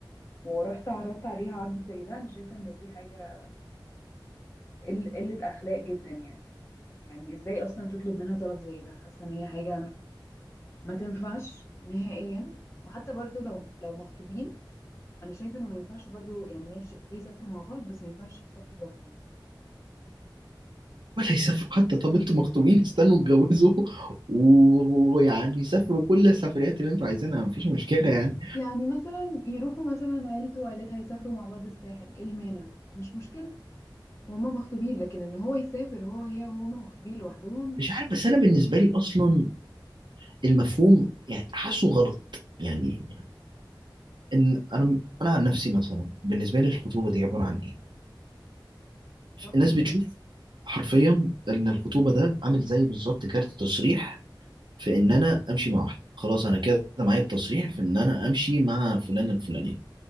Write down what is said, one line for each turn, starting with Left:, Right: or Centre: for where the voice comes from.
Left: ورحت عرضت عليها عرض زي ده انا شايفة ان دي حاجة قل- قلة اخلاق جدا يعني يعني ازاي اصلا تطلب منها طلب زي ده حاسة ان هي حاجة ما تنفعش نهائيا وحتى برضو لو لو مخطوبين انا شايفة انه ما ينفعش برضو يعني ماشي اوكي يسافروا مع بعض بس ما ينفعش يسافروا لوحدهم
Right: ولا يسافروا حتى طب انتوا مخطوبين استنوا اتجوزوا و- ويعني سافروا كل السفريات اللي انتوا عايزينها مفيش مشكلة يعني
Left: يعني مثلا يروحوا مثلا عيلته وعيلتها يسافروا مع بعض الساحل ايه المانع مش مشكلة وهما مخطوبين لكن ان هو يسافر هو وهي وهما مخطوبين لوحدهم
Right: مش عارف بس انا بالنسبة لي اصلا المفهوم يعني حاسه غلط يعني ان انا انا عن نفسي مثلا بالنسبة لي الخطوبة دي عبارة عن ايه؟
Left: ربط
Right: الناس
Left: كلام
Right: بتشوف حرفيا ان الخطوبة ده عامل زي بالظبط كارت تصريح في ان انا امشي مع واحدة خلاص انا كده معايا التصريح في ان انا امشي مع فلان الفلانية انا